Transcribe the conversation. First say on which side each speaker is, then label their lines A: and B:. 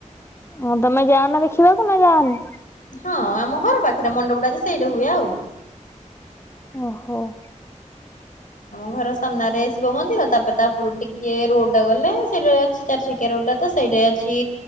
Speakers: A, on the left; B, on the left.
A: ହଁ ତମେ ଯାଅନା ଦେଖିବାକୁ ନା ଯାଅନି?
B: ହଁ ଆମ ଘର ପାଖେରେ ମଣ୍ଡପଟା ଯେ ସେଇଟେ ହୁଏ ଆଉ।
A: ଓହୋ। <inaudible>
B: ଆମ ଘର ସାମ୍ନାରେ ଶିବ ମନ୍ଦିର ତାପରେ ତା ଉପୁରୁକୁ ଟିକେ ରୋଡ୍ ଟା ଗଲେ ସେଇଟେ ଅଛି। ଚାରିଛକିଆ ରୋଡ୍ ଟା ତ ସେଇଠେ ଅଛି